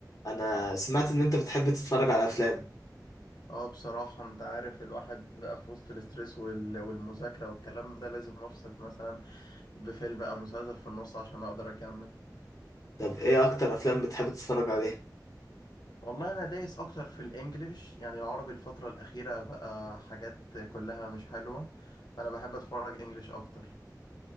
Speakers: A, on the left (about 50°); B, on the left (about 75°).
A: انا سمعت ان انت بتحب تتفرج على افلام
B: اه بصراحة انت عارف الواحد بقى في وسط الاسترس وال- والمذاكرة والكلام ده لازم افصل مثلا بفيلم او مسلسل في النص عشان اقدر اكمل
A: طب ايه اكتر افلام بتحب تتفرج عليها
B: والله انا دايس اكتر في الانجليش يعني العربي الفترة الاخيرة بقى حاجات كلها مش حلوة فانا بحب اتفرج انجليش اكتر